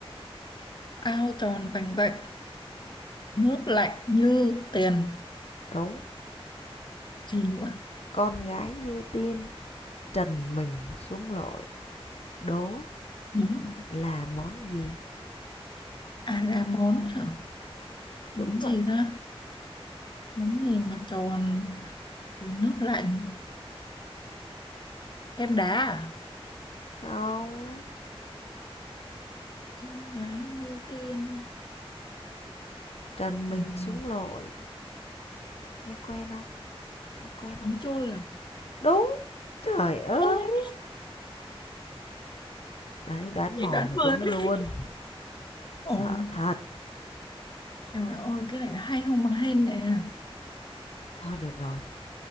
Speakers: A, on the left; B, on the left.
A: Ao tròn vành vạnh, nước lạnh như tiền.
B: Đúng,
A: Gì nữa?
B: con gái như tiên, trần mình xuống lội. Đố
A: Nhớ không?
B: là món gì?
A: À là món hả? Món
B: Đúng vậy.
A: gì ta? Món gì mà tròn rồi nước lạnh? Kem đá à?
B: Không,
A: Con gái như tiên.
B: trần
A: Tìm
B: mình xuống
A: mình
B: lội. Nghe quen không? Nghe quen không
A: bánh
B: chị?
A: trôi à?
B: Đúng, trời ơi.
A: Ô,
B: Đấy, đoán
A: chị
B: mò
A: đoán
B: mà
A: vừa
B: chúng
A: đấy.
B: luôn.
A: Ôi,
B: Sợ thật.
A: trời ơi, cái này là hay không bằng hên nè.
B: Thôi được rồi,